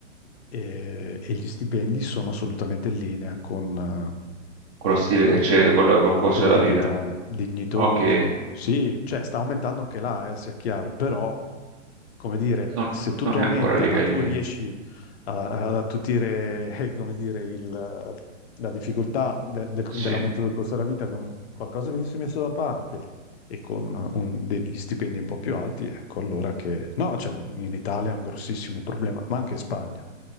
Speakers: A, on the left; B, on the right.
A: e, e gli stipendi sono assolutamente in linea con eh,
B: con lo stile, cioè col, col costo
A: quello
B: della
A: di
B: vita,
A: vita dignitoso.
B: ok,
A: Sì, cioè sta aumentando anche là, eh, sia chiaro, però, come dire,
B: non,
A: se tutto
B: non è
A: aumenta,
B: ancora a livelli,
A: ma tu riesci a- ad attutire, <laughs> eh, come dire, il- la difficoltà de- del-
B: sì.
A: dell'aumento del costo della vita con qualcosa che ti sei messo da parte e con un- degli stipendi un po' più alti, ecco allora che... No, cioè, in Italia è un grossissimo problema, ma anche in Spagna.